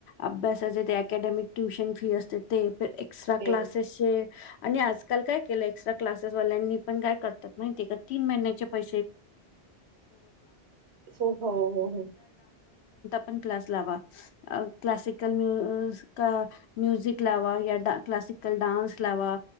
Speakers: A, on the left; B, on the right.
A: अभ्यासाचे ते अकॅडमिक ट्युशन फी असते ते एक्स्ट्रा
B: ते
A: क्लासेसचे आणि आजकाल काय केलं एक्स्ट्रा क्लासेसवाल्यांनी पण काय करतात माती का तीन महिन्याच्या ज कोण
B: सो हो हो हो
A: पण क्लास लावा क्लासिकल म म्युझिक लावा या क्लासिकल ानस लावा